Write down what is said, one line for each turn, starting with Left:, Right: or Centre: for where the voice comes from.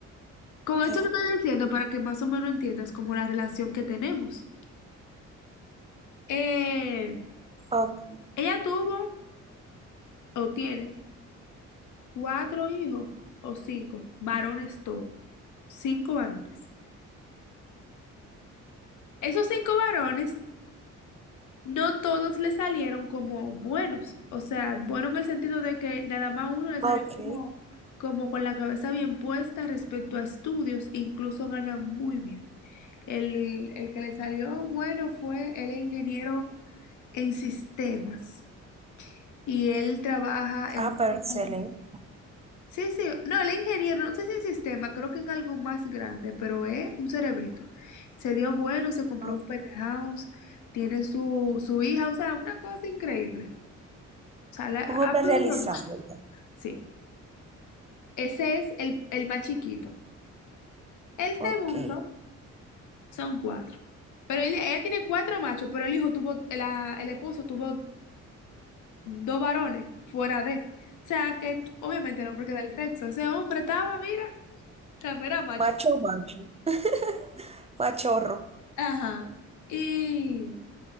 Left: Con
Right: Ok,
Left: esto te estoy diciendo para que más o menos entiendas como la relación que tenemos. Eh,
Right: o-
Left: ella tuvo o tiene cuatro hijos o cinco varones todos. Cinco varones. Esos cinco varones. No todos le salieron como buenos, o sea, bueno en el sentido de que nada más uno le salió
Right: ok.
Left: como, como con la cabeza bien puesta respecto a estudios, incluso gana muy bien. El, el que le salió bueno fue el ingeniero en sistemas y él trabaja en
Right: Ah,
Left: una
Right: pero
Left: compañía.
Right: excelente.
Left: Sí, sí, no, el ingeniero, no sé si en sistema, creo que en algo más grande, pero es un cerebrito. Se dio bueno, se compró
Right: Ah,
Left: un penthouse, tiene su, su hija, o sea, una cosa increíble. sea, la- ha
Right: Un hombre
Left: fluido
Right: realizado
Left: más.
Right: ya.
Left: Sí, ese es el, el más chiquito. El segundo
Right: Ok.
Left: son cuatro. Pero él- ella tiene cuatro machos, pero el hijo tuvo, la- el esposo tuvo dos varones fuera de. O sea, que obviamente el hombre queda el sexo. Ese hombre estaba, mira, también era macho.
Right: Macho, macho. <laughs> Machorro.
Left: Ajá. Y...